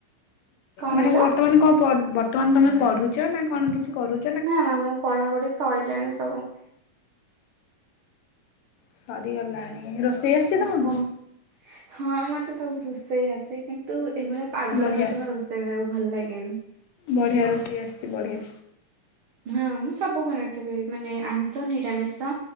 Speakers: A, on the right (about 70°); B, on the left (about 80°).
A: କଣ
B: ମାନେ
A: କହିଲ
B: ବର୍ତ୍ତମାନ କଣ ପଡ ବର୍ତ୍ତମାନ ତମେ ପଢୁଚ ନା କଣ କିଛି କରୁ?
A: ନା ନା ମୁଁ ପଢାପଢି ସଇଲାଣି ସବୁ।
B: ସାରିଗଲାଣି ରୋସ ତମକୁ
A: ହଁ ହଁ ମତେ ସବୁ ରୋଷେଇ ଆସେ। କିନ୍ତୁ ଏଭଳିଆ ପାଗରେ
B: ବଢିଆ।
A: ମତେ ଯମା ରୋଷେଇ କରିବାକୁ ଭଲ ଲାଗେନି।
B: ବଢ଼ିଆ ରୋଷେଇ ଆସିଚି ବଢ଼ିଆ।
A: ହଁ ମୁଁ ସବୁ ବନେଇଥିବି। ମାନେ ଆମିଷ ନିରାମିଷ